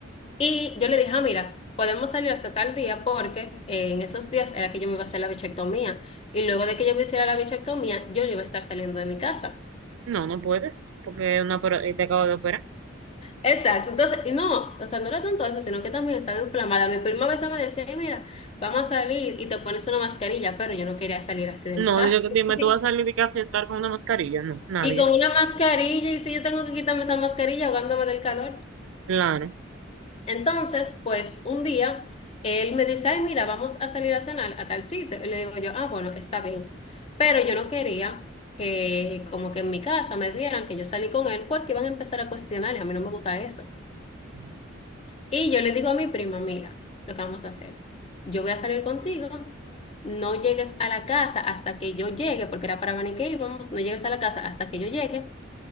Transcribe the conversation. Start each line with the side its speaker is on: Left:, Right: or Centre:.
Left: Y yo le dije, ah, mira, podemos salir hasta tal día porque eh, en esos días era que yo me iba a hacer la bichectomía. Y luego de que yo me hiciera la bichectomía, yo no iba a estar saliendo de mi casa.
Right: No, no puedes, porque una opera- eh, te acabo de operar.
Left: Exacto. Entonces, y no, o sea, no era tanto eso, sino que también estaba inflamada. Mi prima a veces me decía, "Ay, mira, vamos a salir y te pones una mascarilla, pero yo no quería salir así de
Right: No,
Left: mi casa.
Right: digo, que- dime,
Left: <laughs>
Right: tú vas a salir de que a fiestar con una mascarilla. No, nadie.
Left: Y con una mascarilla, y si yo tengo que quitarme esa mascarilla ahogándome del calor.
Right: Claro,
Left: Entonces, pues un día él me dice, ay, mira, vamos a salir a cenar a tal sitio. Y le digo yo, ah, bueno, está bien. Pero yo no quería que como que en mi casa me vieran que yo salí con él porque iban a empezar a cuestionar y a mí no me gusta eso.
Right: Sí.
Left: Y yo le digo a mi prima, mira, lo que vamos a hacer, yo voy a salir contigo, no llegues a la casa hasta que yo llegue, porque era para venir que íbamos, no llegues a la casa hasta que yo llegue